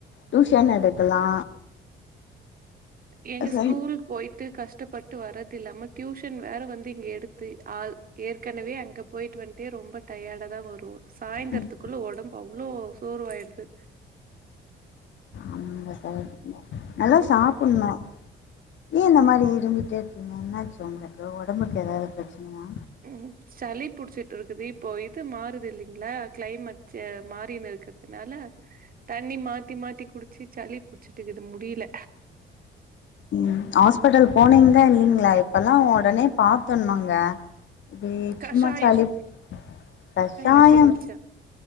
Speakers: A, on the left; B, on the right.
A: டியூஷன் எடுக்கலா
B: எங்க
A: சரி
B: ஸ்கூல் போய்ட்டு கஷ்டப்பட்டு வர்றதில்லாம டியூஷன் வேற வந்து இங்க எடுத்து ஆள் ஏற்கனவே அங்க போயிட்டு வந்ட்டே ரொம்ப டயர்டா தா வருவோ சாய்ந்தரத்துக்குள்ள
A: ம்
B: ஒடம்பு அவ்ளோ சோர்வாயிடுது
A: ஆமாங்க சகோதரி நீங்க நல்லா சாப்புட்ணு ஏ இந்த மாரி இரும்பிட்டே இருக்கீங்க என்னாச்சு உங்களுக்கு ஒடம்புக்கு எதாவ்து பிரச்சனையா
B: ம் சளி புடிச்சிட்ருக்குது இப்போ இது மாறுது இல்லைங்ளா கிளைமேட்டு மாறினு இருக்குறதுனால தண்ணி மாத்தி மாத்தி குடிச்சு சளி புடிச்சுட்டுக்குது முடியில
A: ம் ஹாஸ்பட்டல் போனீங்ளா இல்லைங்ளா இப்பலா ஒடனே பாத்துர்ணுங்க வே
B: கஷாயம்
A: சும்மா சளிப் கஷாயம்
B: வச்சு குடிச்சேன்.